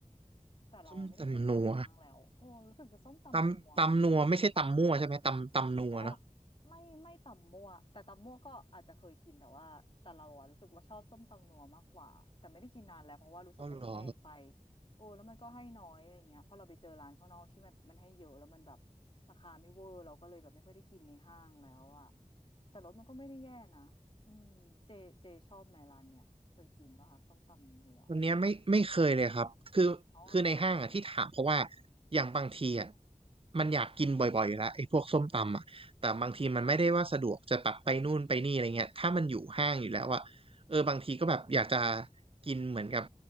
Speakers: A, on the left (about 45°); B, on the right (about 45°).
A: แต่เราไม่ได้กินนานมากแล้วโอ้รู้สึกจะส้มตำนัวมั้ง
B: ส้มตำนัวตำตำนัวไม่ใช่ตำมั่วใช่ไหมตำตำนัวเนอะ
A: อ๋อไม่ไม่ตำมั่วแต่ตำมั่วก็อาจจะเคยกินแต่ว่าแต่เราอะรู้สึกว่าชอบส้มตำนัวมากกว่าแต่ไม่ได้กินนานแล้วเพราะว่ารู้สึกว่ามันแพงไป
B: อ๋อเหรอ
A: โอ้แล้วมันก็ให้น้อยอะไรเงี้ยเพราะเราไปเจอร้านข้างนอกที่มันมันให้เยอะแล้วมันแบบราคาไม่เวอร์เราก็เลยแบบไม่ค่อยได้กินในห้างแล้วอะแต่รสมันก็ไม่ได้แย่นะอืมเจเจชอบแมร้านเนี่ยเคยกินป่ะคะส้มตำนัว
B: วันเนี้ยไม่ไม่เคยเลยครับคือคือในห้างอ่ะที่ถามเพราะว่า
A: อ๋อ
B: อย่างบางทีอ่ะมันอยากกินบ่อยๆอยู่แล้วไอ้พวกส้มตำอ่ะแต่บางทีมันไม่ได้ว่าสะดวกจะแบบไปนู่นไปนี่อะไรเงี้ยถ้ามันอยู่ห้างอยู่แล้วอ่ะเออบางทีก็แบบอยากจะ
A: อืม
B: กินเหมือนกับ